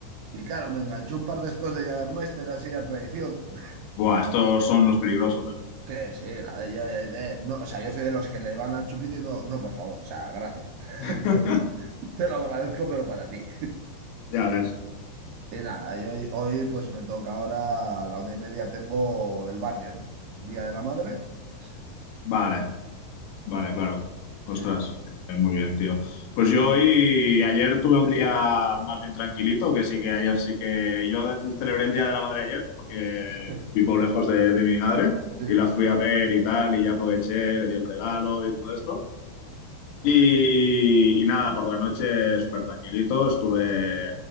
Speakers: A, on the right (about 80°); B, on the left (about 90°).
A: y claro, me enganchó un par de estos de Jägermeister así a tradición. <laughs>
B: Buah, estos son los peligrosos, ¿eh?
A: Sí, sí, joder, yo, yo- yo- no, o sea, yo soy de los que le van a chupito y no, no, por favor, o sea, gracias.
B: <laughs>
A: <laughs> Te lo agradezco, pero para ti.
B: Ya ves.
A: Y nada, y hoy, hoy pues me toca ahora, a la una y media tengo el bar ¿no? Día de la Madre. pues,
B: Vale. Vale, claro. Ostras,
A: sí,
B: eh, muy bien, tío. Pues yo hoy, ayer tuve un día más bien tranquilito, que sí que ayer sí que yo celebré el Día de la Madre ayer, porque
A: <laughs>
B: vivo lejos de, de mi madre
A: sí,
B: y la fui a ver y tal, y ya aproveché, le di el regalo y todo esto. Y, y nada, por la noche súper tranquilito, estuve,